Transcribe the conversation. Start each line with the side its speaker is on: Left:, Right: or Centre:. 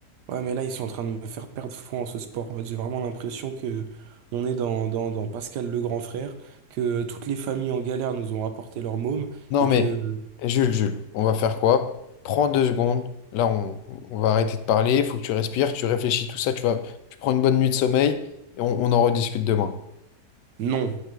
Right: Ouais, mais là, ils sont en train de me faire perdre foi en ce sport. En fait, j'ai vraiment l'impression que on est dans, dans, dans Pascal le grand frère, que toutes les familles en galère nous ont rapporté leur môme,
Left: Non
Right: et
Left: mais
Right: que
Left: Jules, Jules, on va faire quoi? Prends deux secondes. Là, on, on va arrêter de parler, il faut que tu respires, tu réfléchis, tout ça, tu vas, tu prends une bonne nuit de sommeil et on, on en rediscute demain.
Right: non.